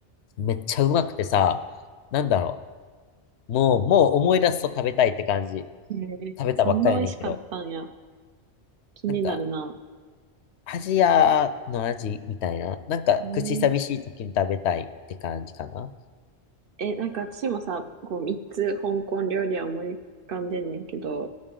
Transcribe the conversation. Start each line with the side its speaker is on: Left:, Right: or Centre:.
Left: めっちゃうまくてさ、なんだろう。もう、もう思い出すと食べたいって感じ。
Right: へえ、
Left: 食べたばっかりやねんけど。
Right: そんな美味しかったんや。気になるな。
Left: なんか、アジアの味みたいな。なんか、
Right: うん。
Left: 口寂しい時に食べたいって感じかな。
Right: え、なんか私もさ、こう、三つ香港料理は思い浮かんでんねんけど、